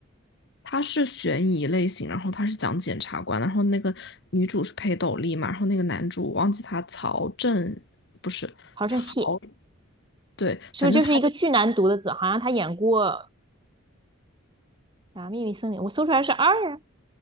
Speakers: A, on the left; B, on the right.
A: 它是悬疑类型，然后它是讲检察官，然后那个女主是裴斗丽嘛，然后那个男主我忘记他曹正不是曹，
B: 好像蟹，
A: 对，
B: 是不是就是一个巨难读的字？
A: 反正他就
B: 好像他演过啊《秘密森林》，我搜出来是二啊，